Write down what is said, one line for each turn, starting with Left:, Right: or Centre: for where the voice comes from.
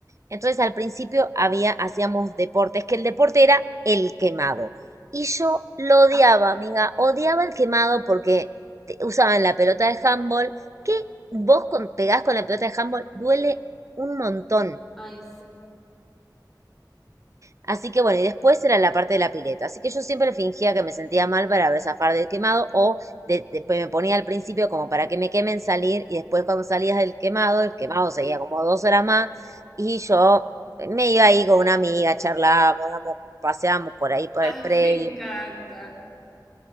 Right: entonces al principio había, hacíamos deportes, que el deporte era el quemado. Y yo lo odiaba, amiga, odiaba el quemado porque te- usaban la pelota de handball, que vos con, pegás con la pelota de handball, duele un montón.
Centre: Ay.
Right: Así que bueno, y después era la parte de la pileta. Así que yo siempre fingía que me sentía mal para ver zafar del quemado o de- después me ponía al principio como para que me quemen salir y después cuando salías del quemado, el quemado seguía como dos horas más y yo me iba ahí con una amiga, charlábamos, damos, paseábamos por ahí, por el
Centre: Ay,
Right: predio.
Centre: me encanta,